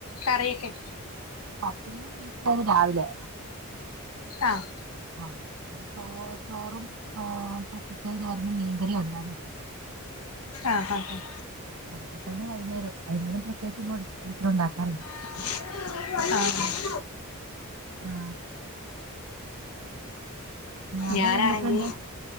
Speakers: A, on the left; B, on the right.
A: കറിയൊക്കെ
B: പത്തിരിയും ബീഫു ആണ് രാവിലെ.
A: ആഹ്.
B: ആഹ്, ഓഹ് ചോറും ഏഹ് പച്ചക്കറി തോരനും മീൻകറിയു ഒണ്ടായിരുന്നു
A: ആഹാ ഹാഹ്
B: അതൊക്കെ തന്നെ വൈന്നേരം വൈകുന്നേരം പ്രത്യേകിച്ചൊന്നും ഒ ഒരിക്കലും ഉണ്ടാക്കാറില്ല.
A: ആഹ്.
B: ആഹ്. അവിടെ
A: ഞാനാണെങ്കി
B: എന്തൊക്കെയുണ്ട്